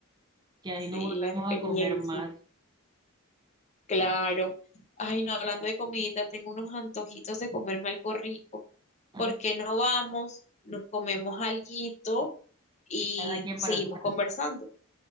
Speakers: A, on the right (about 20°); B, on the left (about 30°).
A: que
B: Sí,
A: ahí no volvemos
B: la experiencia.
A: a comer más.
B: Claro. Ay, no, hablando de comidita, tengo unos antojitos de comerme algo rico.
A: Ah,
B: ¿Por qué no vamos? Nos comemos alguito y
A: y cada quien
B: seguimos
A: para su casa.
B: conversando.